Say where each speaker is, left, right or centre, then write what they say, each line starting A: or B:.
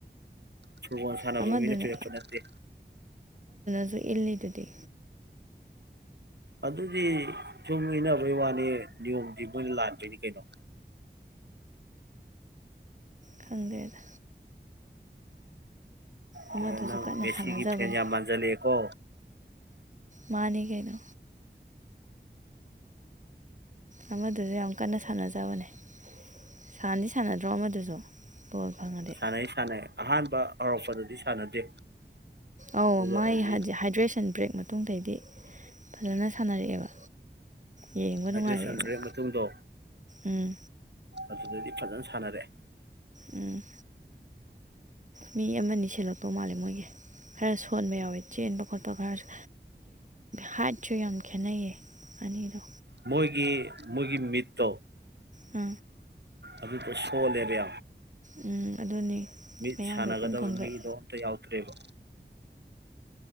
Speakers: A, on the right; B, on the right.
A: ꯐꯨꯠꯕꯣꯜ ꯁꯥꯟꯅꯕ
B: ꯑꯃꯗꯨꯅ
A: ꯃꯤꯅ ꯄꯤꯔꯛꯄ ꯅꯠꯇꯦ
B: ꯨ ꯏꯜꯂꯤꯗꯨꯗꯤ
A: ꯑꯗꯨꯗꯤ ꯁꯨꯝ ꯏꯟꯅꯅꯕꯩ ꯋꯥꯅꯤ ꯅꯤꯌꯣꯝꯗꯤ ꯃꯣꯏꯅ ꯂꯥꯟꯗꯣꯏꯅꯤ ꯀꯩꯅꯣ
B: ꯈꯪꯗ꯭ꯔꯦꯗ ꯑꯃꯗꯨꯁꯨ
A: ꯀꯩꯅꯅꯣ
B: ꯀꯟꯅ
A: ꯃꯦꯁꯤꯒꯤꯐꯇꯅꯤ
B: ꯁꯥꯟꯅꯖꯕꯅꯦ
A: ꯌꯥꯝ ꯃꯥꯟꯖ ꯂꯩ ꯑꯩꯀꯣ
B: ꯃꯥꯅꯤ ꯀꯅꯣ ꯑꯃꯗꯨꯁꯨ ꯌꯥꯝ ꯀꯟꯅ ꯁꯥꯟꯅꯖꯕꯅꯦ ꯁꯥꯟꯅꯗꯤ ꯁꯥꯟꯅꯗ꯭ꯔꯣ ꯑꯃꯗꯨꯁꯨ ꯕꯣꯜ ꯐꯪꯉꯗꯤ
A: ꯁꯥꯟꯅꯩ ꯁꯥꯟꯅꯩ ꯑꯍꯥꯟꯕ ꯍꯧꯔꯛꯄꯗꯗꯤ ꯁꯥꯟꯅꯗꯦ
B: ꯑꯧ
A: ꯑꯗꯨꯒ
B: ꯃꯥꯏ
A: ꯍꯧꯖꯤꯛ
B: ꯍꯥꯏꯗ꯭ꯔꯦꯁꯟ ꯕ꯭ꯔꯦꯛ ꯑꯗꯨꯣꯡꯇꯥꯏꯗꯤ ꯐꯖꯅ ꯁꯥꯟꯅꯔꯛꯑꯦꯕ ꯌꯦꯡꯕ ꯅꯨꯡꯉꯥꯏꯔꯛꯑꯦꯕ
A: ꯍꯥꯏꯗ꯭ꯔꯦꯁꯟ ꯕ꯭ꯔꯦꯛ ꯃꯇꯨꯡꯗꯣ
B: ꯎꯝ
A: ꯑꯗꯨꯗꯗꯤ ꯐꯖꯅ ꯁꯥꯟꯅꯔꯛꯑꯦ
B: ꯎꯝ ꯃꯤ ꯑꯃꯅꯤ ꯁꯦꯜꯂꯛꯄ ꯃꯥꯜꯂꯦ ꯃꯣꯏꯒꯤ ꯈꯔ ꯁꯣꯟꯕ ꯌꯥꯎꯋꯦ ꯆꯦꯟꯕ ꯈꯣꯠꯄ ꯈꯔꯁꯨ ꯍꯥꯏꯠꯁꯨ ꯌꯥꯝ ꯈꯦꯠꯅꯩꯌꯦ ꯑꯅꯤꯗꯣ
A: ꯃꯣꯏꯒꯤ ꯃꯣꯏꯒꯤ ꯃꯤꯠ ꯛꯇꯣ
B: ꯑ
A: ꯑꯗꯨ ꯄ ꯁꯣ ꯂꯩꯔꯦ
B: ꯎꯝ ꯑꯗꯨꯅꯤ
A: ꯃꯤ
B: ꯃꯌꯥꯡꯒ
A: ꯁꯥꯟꯅꯒꯗꯕ
B: ꯏꯀꯪ ꯀꯪꯒꯩ
A: ꯃꯤꯗꯣ ꯑꯝꯇ ꯌꯥꯎꯗ꯭ꯔꯦꯕ